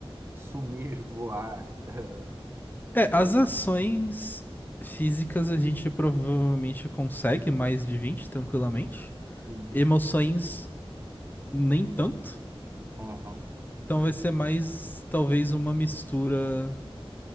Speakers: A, on the right; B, on the left.
A: sumir, <laughs> voar. eh,
B: É, as ações físicas a gente provavelmente consegue mais de 20 tranquilamente.
A: Uhum.
B: Emoções, nem tanto.
A: Aham.
B: Então vai ser mais talvez uma mistura